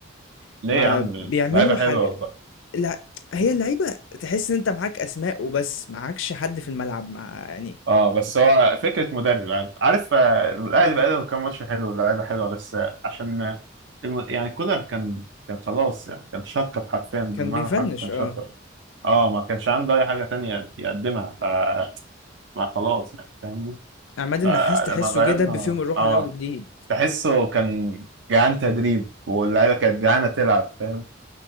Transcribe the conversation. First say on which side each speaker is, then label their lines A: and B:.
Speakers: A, on the left; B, on the right.
A: ما
B: ليه يا عم
A: بيعملوا
B: اللعيبه حلوه
A: حاجة
B: والله
A: لأ، هي اللعيبة تحس إن أنت معاك أسماء وبس، معاكش حد في الملعب مع يعني
B: اه بس هو فكره مدرب عارف عارف آه، الاهلي بقى له كام ماتش حلو اللعيبه حلوه بس آه، عشان آه، الم- يعني كولر كان كان خلاص يعني كان شطب حرفيا بالمعنى
A: كان بيفنِّش
B: الحرفي كان
A: آه،
B: شطب اه ما كانش عنده اي حاجه تانية يقدمها فما خلاص يعني فاهمني
A: عماد النحاس
B: فلما
A: تحسّه
B: غيرنا
A: جه دَب فيهم الروح
B: اه
A: من أول وجديد.
B: تحسه كان جعان تدريب واللعيبه كانت جعانه تلعب فاهم